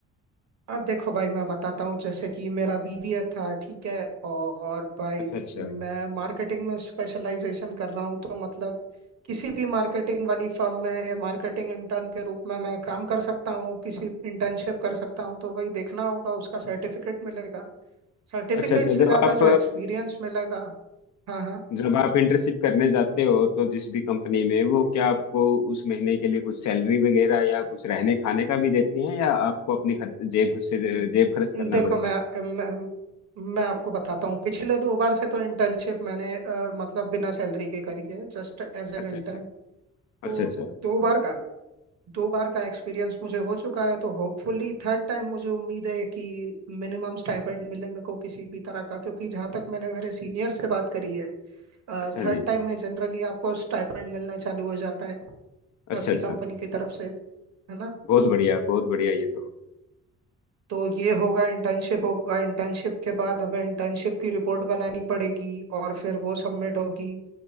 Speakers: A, on the right (about 60°); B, on the left (about 70°).
A: हाँ देखो भाई मैं बताता हूँ जैसे कि मेरा बीबीए था ठीक है और भाई
B: अच्छा अच्छा
A: मैं मार्केटिंग में स्पेशलाइजेशन कर रहा हूँ तो मतलब किसी भी मार्केटिंग वाली फर्म में मार्केटिंग इंटर्न के रूप में मैं काम कर सकता हूँ किसी इंटर्नशिप कर सकता हूँ तो वही देखना होगा उसका सर्टिफिकेट मिलेगा सर्टिफिकेट
B: अच्छा अच्छा
A: से
B: जब
A: ज़्यादा
B: आप
A: जो एक्सपीरियंस मिलेगा हाँ हाँ
B: जब आप इंटर्नशिप करने जाते हो तो जिस भी कंपनी में वो क्या आपको उस महीने के लिए कुछ सैलरी वगैरह या कुछ रहने खाने का भी देते हैं या आपको अपनी खर्च- जेब से
A: द-
B: जेब खर्च करना
A: देखो
B: पड़ता
A: मैं
B: है
A: मैं, मैं आपको बताता हूँ पिछले दो बार से तो इंटर्नशिप मैंने अ, मतलब बिना सैलरी के करी है जस्ट एज एन
B: अच्छा
A: इंटर्न
B: अच्छा अच्छा
A: तो
B: अच्छा
A: दो बार का दो बार का एक्सपीरियंस मुझे हो चुका है तो होपफुली थर्ड टाइम मुझे उम्मीद है कि मिनिमम स्टाइपेंड मिले मेरे को किसी भी तरह का क्योंकि जहाँ तक मैंने मेरे सीनियर से बात करी है
B: अच्छा
A: थर्ड
B: जी
A: टाइम में जनरली आपको स्टाइपेंड मिलना चालू हो जाता है
B: अच्छा
A: आपकी
B: अच्छा
A: कंपनी की तरफ से है ना
B: बहुत बढ़िया बहुत बढ़िया ये तो
A: तो ये होगा इंटर्नशिप होगा इंटर्नशिप के बाद हमें इंटर्नशिप की रिपोर्ट बनानी पड़ेगी और फिर वो सबमिट होगी